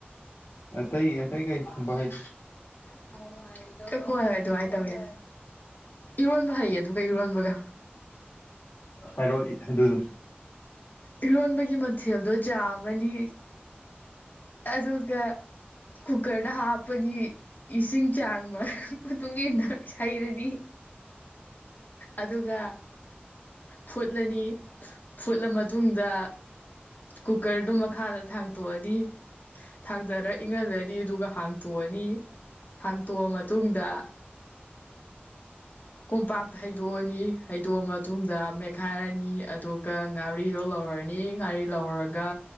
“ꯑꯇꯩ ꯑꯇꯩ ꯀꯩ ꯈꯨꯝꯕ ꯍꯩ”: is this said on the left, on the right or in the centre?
Left